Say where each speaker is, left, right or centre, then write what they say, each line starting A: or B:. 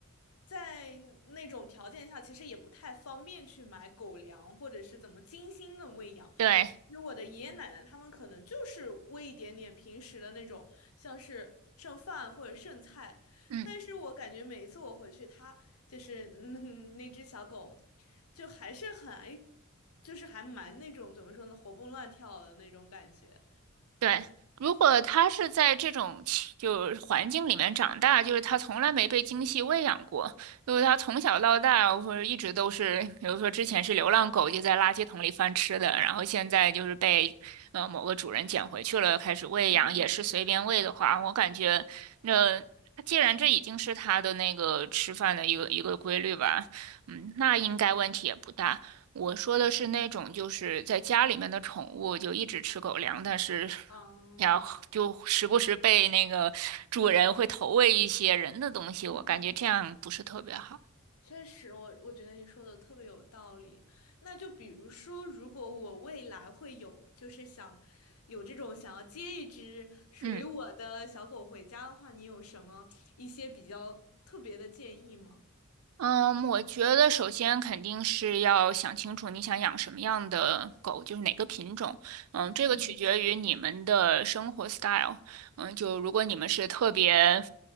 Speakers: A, on the left; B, on the right.
A: 在那种条件下，其实也不太方便去买狗粮或者是怎么精心的喂养。
B: 对，
A: 其实我的爷爷奶奶他们可能就是喂一点点平时的那种，像是剩饭或者剩菜。
B: 嗯。
A: 但是我感觉每一次我回去，它就是嗯那只小狗，就还是很爱，就是还蛮那种怎么说呢，活蹦乱跳的那种感觉。
B: 对，如果他是在这种气就是环境里面长大，就是他从来没被精细喂养过，就是他从小到大或者一直都是，比如说之前是流浪狗，就在垃圾桶里翻吃的，然后现在就是被呃某个主人捡回去了，开始喂养，
A: 嗯，
B: 也是随便喂的话，我感觉那。既然这已经是他的那个吃饭的一个一个规律吧，嗯，那应该问题也不大。我说的是那种就是在家里面的宠物，就一直吃狗粮，但是
A: 嗯，
B: 然后就时不时被那个主人会投喂一些人的东西，
A: 嗯。
B: 我感觉这样不是特别好。
A: 确实，我我觉得你说的特别有道理。那就比如说，如果我未来会有，就是想有这种想要接一只属于我的小狗回家的话，
B: 嗯。
A: 你有什么一些比较特别的建议吗？
B: 嗯，我觉得首先肯定是要想清楚你想养什么样的狗，就是哪个品种。嗯，这个取决于你们的生活
A: 嗯
B: style。嗯，就如果你们是特别